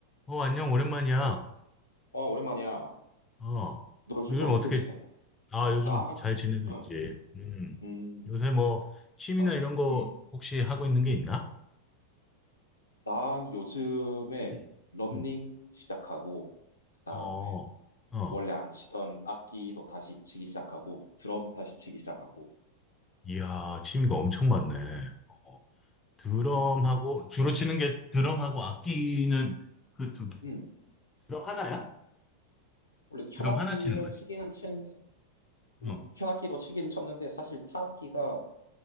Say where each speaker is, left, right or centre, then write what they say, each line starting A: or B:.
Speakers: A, on the left; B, on the left.
A: 어, 안녕, 오랜만이야.
B: 어, 어, 오랜만이야.
A: 어,
B: 너 요즘
A: 요즘
B: 어떻게
A: 어떻게,
B: 지내? 뭐,
A: 아, 요즘
B: 나,
A: 잘 지내고
B: 응,
A: 있지. 음,
B: 음,
A: 요새 뭐, 취미나
B: 어,
A: 이런 거
B: 음,
A: 혹시 하고 있는
B: 음.
A: 게 있나?
B: 난 요즘에
A: 음,
B: 러닝
A: 음.
B: 시작하고, 그다음에
A: 어, 어,
B: 원래 안 치던 악기도 다시 치기 시작하고, 드럼 다시 치기 시작하고.
A: 이야, 취미가 엄청
B: 음,
A: 많네. 어, 드럼하고,
B: 음,
A: 주로
B: 음,
A: 치는 게 드럼하고
B: 음.
A: 악기는
B: 음.
A: 그 두,
B: 음.
A: 드럼 하나야?
B: 원래 현악기를
A: 드럼 하나 치는 거지?
B: 치기는 치는데, 오,
A: 어,
B: 현악기도 치긴 쳤는데, 사실 타악기가